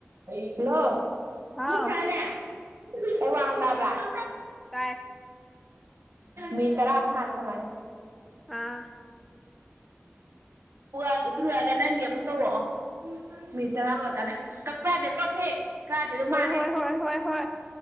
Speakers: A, on the right (about 65°); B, in the centre.
A: ꯍꯜꯂꯣꯅꯦ
B: ꯍꯥꯎ
A: ꯍ ꯋꯥꯡ ꯇꯥꯕ꯭ꯔꯥ <inaudible>
B: ꯇꯥꯏ
A: ꯎꯝ ꯇꯔ ꯑꯃꯨ ꯈꯥꯟꯁꯔ <inaudible>
B: ꯑꯥ
A: ꯑꯗꯨ ꯂꯣꯏꯔꯒ ꯅꯪꯒꯤ ꯑꯃꯨꯛ ꯇꯧꯔꯛꯑꯣ ꯃꯤꯠ ꯇꯔꯥ ꯂꯣꯏꯔꯀꯥꯟꯗ ꯀꯛꯄ ꯌꯥꯗꯦ ꯄꯣꯠꯁꯤ ꯀꯛꯑꯗꯤ ꯑꯗꯨꯝ
B: ꯍꯣꯏ
A: ꯃꯥꯡꯉꯦ
B: ꯍꯣꯏ ꯍꯣꯏ ꯍꯣꯏ ꯍꯣꯏ